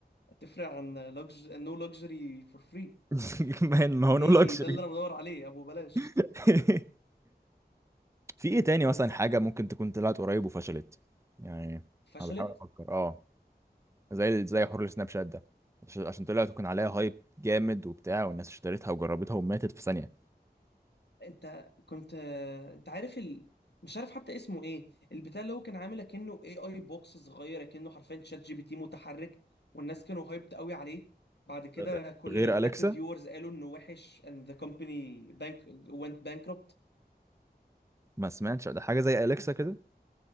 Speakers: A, on the left; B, on the right.
A: تفرق عن لوكج نو لوكجري فور فري
B: <laughs> ما هي- ما
A: دي
B: هو نو لاكجري
A: ده اللي انا بدور عليه ابو بلاش
B: <laughs> في ايه تاني
A: بس
B: مثلا حاجه ممكن تكون طلعت قريب وفشلت يعني
A: فشلت
B: انا بحاول افكر اه زي ال- زي حوار السناب شات ده عش- عشان طلع تكون عليها هايب جامد وبتاع والناس اشتريتها وجربتها وماتت في ثانية
A: انت كنت انت عارف ال... مش عارف حتى اسمه ايه البتاع اللي هو كان عامل كأنه اي اي بوكس صغير كأنه حرفيا شات جي بي تي متحرك والناس كانوا هايبت قوي عليه بعد كده
B: ده ده
A: كل
B: غير
A: التك
B: أليكسا
A: ريفيورز قالوا انه وحش and the company bank went bankrupt
B: ما سمعتش ده حاجة زي أليكسا كده